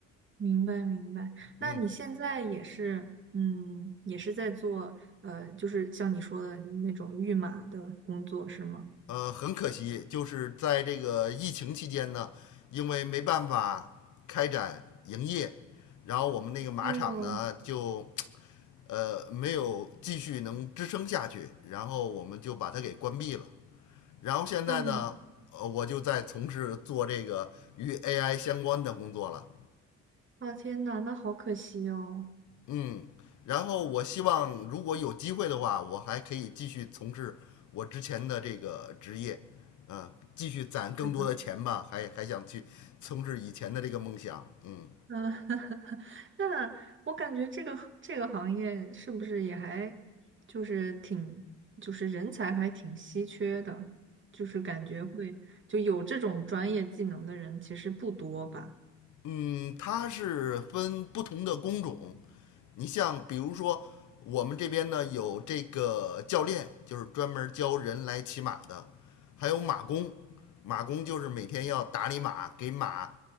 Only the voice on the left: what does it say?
嗯，
呃，很可惜，就是在这个疫情期间呢，因为没办法开展营业，然后我们那个马场呢就
呃没有继续能支撑下去，然后我们就把它给关闭了。然后现在呢，
呃，我就在从事做这个与 AI 相关的工作了。
嗯，然后我希望如果有机会的话，我还可以继续从事我之前的这个职业，嗯，继续攒更多的钱吧，
还还想去从事以前的这个梦想。嗯
嗯，它是分不同的工种，你像比如说我们这边呢有这个教练，就是专门教人来骑马的，还有马工，马工就是每天要打理马，给马。